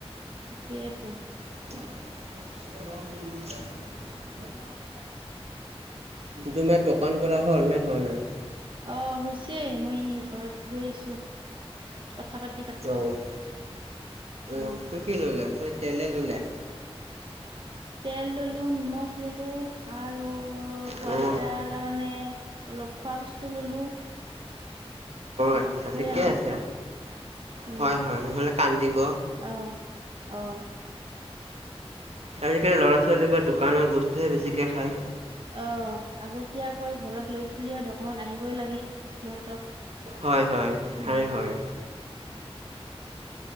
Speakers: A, on the right (about 50°); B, on the right (about 80°).
A: সেইতো।
B: <inaudible>
A: ৰম ল <unintelligible>
B: তোমাৰ দোকান কৰা হ'ল নে হোৱা নাই।
A: অ', হৈছে মই ঘৰত গৈ আছোঁ কথা প
B: অ',
A: উম
B: অ' কি কি ললে, খালি তেলে ললে।
A: তেল ললোঁ, নিমখ ললোঁ আৰু পোৱালিটাৰ
B: অ',
A: কাৰণে অলপ খোৱা বস্তু ললোঁ।
B: আচছা ঠিকে
A: আৰু
B: আছে,
A: উম
B: হয়, হয়, নহ'লে কান্দিব।
A: অ', অ'।
B: আজিকালি ল'ৰা ছোৱালী বা দোকানৰ বস্তুহে বেছিকে খায়।
A: অ', আগতীয়াকৈ ঘৰত লৈ থিলিও দোকনত আহিবই লাগে সিহঁতক।
B: হয়, হয়,
A: উম,
B: হয়, হয়।